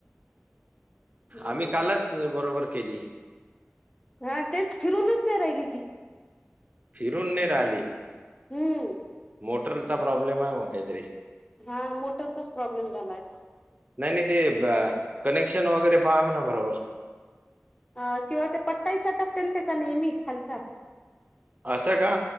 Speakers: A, on the left; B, on the right.
A: हम्म
B: आम्ही कालच बरोबर केली.
A: हा तेच फिरूनच नाही राहिली ती.
B: फिरून नाय राहिली.
A: हम्म
B: मोटरचा प्रॉब्लेम आहे मग काहीतरी.
A: हा मोटरचाच प्रॉब्लेम झालाय तो.
B: नाय नाय ते, कनेक्शन वगैरे पहा म्हणाव बरोबर.
A: अ किंवा ते पट्टाई सटकतय ना त्याचा नेहमी खालचा.
B: असं का